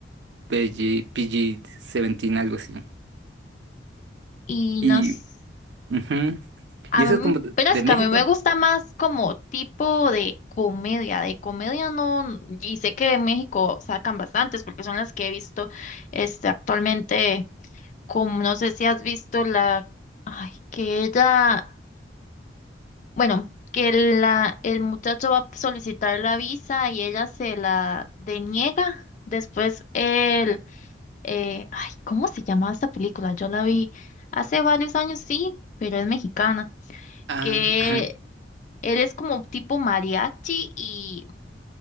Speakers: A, on the right (about 75°); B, on the left (about 40°).
A: PG, PG-17, algo así.
B: Y
A: Y,
B: nos...
A: ujú.
B: A
A: ¿Y eso
B: mí,
A: es como de
B: pero
A: de
B: es
A: México?
B: que a mí me gusta más como tipo de comedia. De comedia no... Y sé que en México sacan bastantes porque son las que he visto este, actualmente. Como no sé si has visto la... Ay, que ella... Bueno, que la, el muchacho va a solicitar la visa y ella se la deniega. Después él, eh, ay, ¿cómo se llamaba esta película? Yo la vi hace varios años, sí, pero es mexicana.
A: Ah,
B: Que
A: ajá.
B: él es como tipo mariachi y,